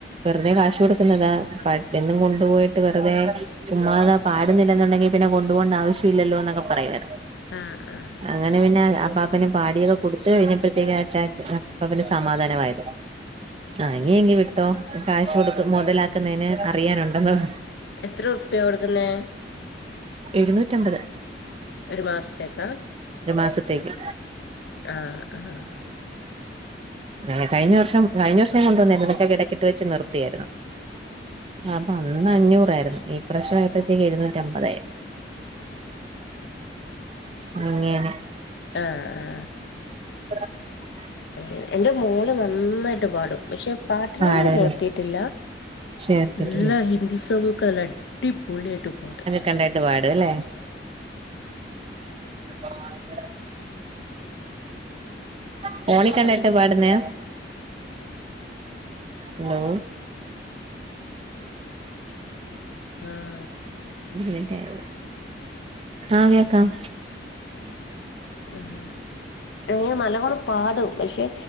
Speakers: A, on the right (about 30°); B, on the left (about 75°).
A: വെറുതെ കാശ് കൊടുത്. ക്കുന്നത പട്ടിന് കോണ്ട് പോയിട്ട് വെറുതെ. ചുമ്മാതാ പാടുന്നില്ലെന്നുണ്ടങ്കി പിന്നെ കൊപോകണ്ട ആവ്ശ്യം ഇല്ലല്ലോ എന്നൊക്കെ പറയുവയ്ര്ന്ന്.
B: ആഹ് ആഹ്
A: അങ്ങനെ പിന്നെ അപാ പ്പന് പാടിയോക്കെ കൊടുത്ത് കഴിഞ്ഞപ്പോഴത്തേക്കെനെ അച്ചാച്ചന് പിന്നെ സമാധാനമായിര്ന്നത് ആഹ് ഇനി എങ്കി വിട്ടോ കാശ് കൊടുക്ക് മൊതലാക്കുന്നെന് അറിയാനുണ്ടെന്ന് പറഞ്ഞ്
B: എത്ര റുപ്പ്യ കൊടുക്കുന്നെ?
A: എഴുന്നൂറ്റമ്പത്.
B: ഒരു മാസത്തെക്ക.
A: ഒരു മാസത്തേക്ക്.
B: ആഹ് ആഹ്
A: എഹ് കഴിഞ്ഞ വർഷം കഴിഞ്ഞ വർഷം കൊണ്ടുവന്നേര്ന്ന് പക്ഷെ കെടക്കിട്ട് വെച്ച് നിർത്തിയാര്ന്നു. ആഹ് അപ്പന്ന് അഞ്ഞൂറായിരുന്ന് ഈ പ്രാവശ്യം ആയപ്പോഴത്തേക്ക് എഴുന്നൂറ്റമ്പതായി. അങ്ങനെ
B: ആഹ്.
A: <unintelligible>
B: എഹ് എന്റെ മോള് നന്നായ്ട്ട് പാടും പഷെ പാട്ടിനൊന്നും
A: പാടല്ലേ
B: ചേർത്തീട്ടില്ല.
A: ചേർത്തിട്ടില്ല
B: എല്ലാ ഹിന്ദിസോങ്ങൊക്കെ നല്ലഅടി പൊളിയായ്ട്ട് പാടും.
A: കണ്ടായിട്ട് പാടും എല്ലെ ആഹ് അതെ. ഫോണിക്കണ്ടായിട്ട് പാടുന്നയാ ഹലോ
B: ആഹ്
A: <inaudible> ആഹ് കേക്കാം.
B: ഉം എഹ് നല്ലപോലെ പാടും പഷെ